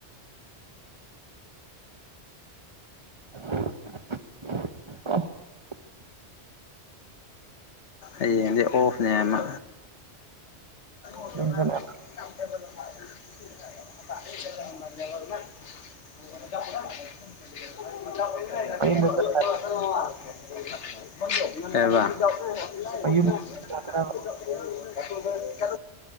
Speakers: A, on the right (about 30°); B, on the left (about 80°).
A: <inaudible>
B: ꯑꯩ ꯍꯌꯦꯡꯗꯩꯩ ꯑꯣꯐꯅꯦ ꯃꯥ ꯣ
A: ꯌꯨꯝ ꯖꯠꯂꯕꯔ
B: <unintelligible> ꯑꯦꯦꯕ
A: ꯃꯌꯨꯝꯗ ꯆꯠꯂꯦ
B: <inaudible>
A: ꯃꯌꯨꯝ ꯌꯥꯕ꯭ꯔꯕ
B: <inaudible>